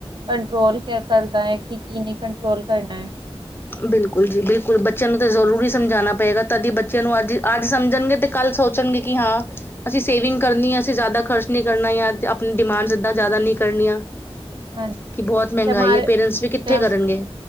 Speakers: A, on the right; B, on the left.
A: ਕੰਟਰੋਲ ਕਯਾ ਕਰਦਾ ਹੈ, ਕਿ-ਕੀ ਨਹੀਂ ਕੰਟਰੋਲ ਕਰਨਾ ਹੈ।
B: ਬਿਲਕੁਲ ਜੀ, ਬਿਲਕੁਲ ਬੱਚਿਆਂ ਨੂੰ ਤੇ ਜ਼ਰੂਰੀ ਸਮਝਾਉਨਾ ਪਏਗਾ। ਤਦੀ ਬੱਚਿਆਂ ਨੂੰ ਅੱਜ, ਅੱਜ ਸਮਝਣਗੇ। ਤੇ ਕੱਲ ਸੋਚਨਗੇ ਕਿ ਹਾਂ ਅਸੀ ਸੇਵਿੰਗ ਕਰਨੀ ਹੈ। ਅਸੀ ਜ਼ਿਆਦਾ ਖਰਚ ਨੀ ਕਰਨਾ। ਯਾਂ ਤੇ ਆਪਨੀ ਡਿਮਾਂਡਸ, ਇਹਦਾਂ ਜਿਆਦਾ ਨਹੀਂ ਕਰਨੀਆਂ।
A: ਹਾਂਜੀ
B: ਕਿ ਬਹੁਤ ਮਹਿੰਗਾਈ
A: ਤੇ ਹਮਾਰੇ
B: ਹੈ। ਪੇਰੈਂਟਸ ਵੀ ਕਿੱਥੇ
A: ਤੇ ਹਮ
B: ਕਰਨਗੇ?